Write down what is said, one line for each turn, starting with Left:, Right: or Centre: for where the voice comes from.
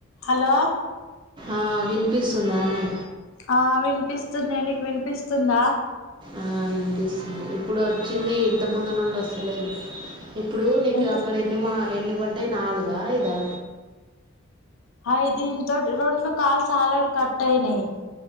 Left: Hello
Right: ఆ విన్పిస్తుందానె
Left: ఆ విన్పిస్తుందే నీక్ విన్పిస్తుందా
Right: ఆ విన్పిస్తుంది ఇప్పుడు ఒచ్చింది ఇంతముందు నుండి ఒస్తలేదు ఇప్పుడూ నీకు
Left: ఎందుకు
Right: అక్కడ ఎన్నిమా ఎన్ని పడ్డయ్ నాలుగా ఐదా
Left: అవి దీంతోటి రొండు కాల్స్ ఆల్రెడి కట్ ఐనయ్